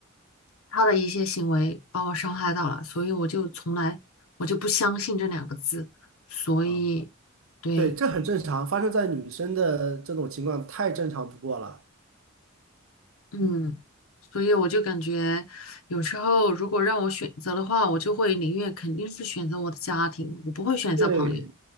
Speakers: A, on the left; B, on the right.
A: 她的一些行为把我伤害到了，所以我就从来我就不相信这两个字，所以对，
B: 啊，对，这很正常，发生在女生的这种情况太正常不过了。
A: 嗯，所以我就感觉有时候如果让我选择的话，我就会宁愿肯定是选择我的家庭，我不会选择朋友，
B: 对，